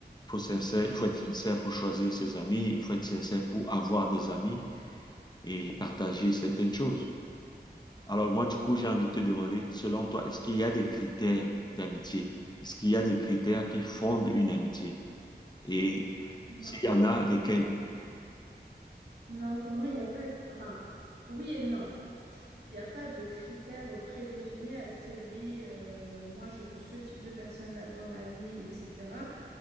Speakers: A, on the left; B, on the right.
A: Faut sincère, il
B: Mm.
A: faut être sincère pour choisir ses amis, il faut être sincère pour avoir des amis et partager certaines choses. Alors moi, du coup, j'ai envie de te demander, selon toi, est-ce qu'il y a des critères d'amitié? Est-ce qu'il y a des critères qui fondent une amitié? Et
B: Non.
A: s'il y en a lesquels,
B: Non, pour moi, il n'y a pas, de- enfin, oui et non. Il n'y a pas de critères prédéfinis à se dire oui, euh, moi je veux ce type de personne là dans ma vie, etc.